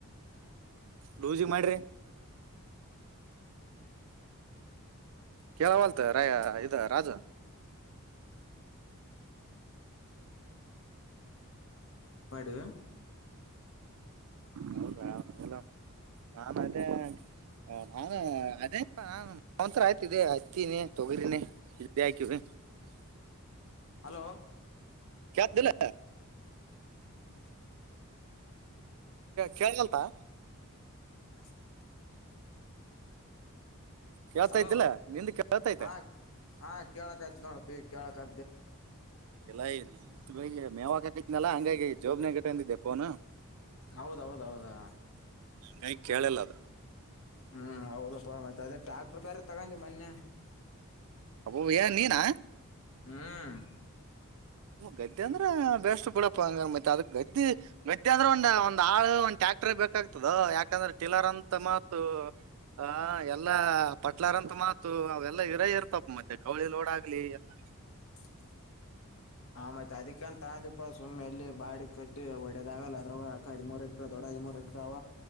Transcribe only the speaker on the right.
ಲೂಜಿಗ ಮಾಡ್ರಿ ಕೇಳವಲ್ತ ರಾ ಇದ ರಾಜು
ಹೌದಾಲ್ಲ ನಾನು ಅದೇ ನಾ ಹ್ಮ ಅದೇ ಆತ್ ಇದೆ ಹತ್ತಿನೆ, ತೊಗರಿನೆ <unintelligible>
ಕೇಳುತ್ತದ ಇಲ್
ಕೇಳ್ದಲ್ಂತಾ
ಕೇಳ್ತೈತಿಲ್ಲ
ನಿಂದ ಕೇಳ್ತೈತೆ
ಎಲ್ಲ ಇರಿ ಅ ಹಗೆ ಮೇವಾಗಾಕೈತ್ನಲ್ಲಾ ಹಂಗಾಗಿ ಜೋಬ್ನ ಗಟ್ಟ ಅಂದಿದ್ದೆ ಫೋನ್ ಹ
ನೈ ಕೇಳಲ್ಲ ಅದು
ಅಪ್ಪ ಏನ್ ನೀನಾ
ಗದ್ದೆ ಅಂದ್ರ ಬೇಸ್ಟ್ ಬಿಡಪ್ಪಂಗ ಮತ್ತೆ ಅದ ಗದ್ದಿ ಗದ್ದೆ ಅಂದ್ರ ಒಂದ ಒಂದ್ ಆಳ ಟ್ಯಾಕ್ಟರ್ ಬೇಕಾಗ್ತದ ಯಾಕಂದ್ರೆಟಲರ್ ಅಂತ ಮತ್ ಹ ಎಲ್ಲಾ ಪಟ್ಲಾರಂತ ಮಾತು ಅವೆಲ್ಲಾ ಇರ ಇರ್ತಪ್ಪ ಮದೆ ಕವಳಿ ಲೊಡ ಆಗ್ಲಿ ಎಲ್ಲ ಆಗ್ಲಿ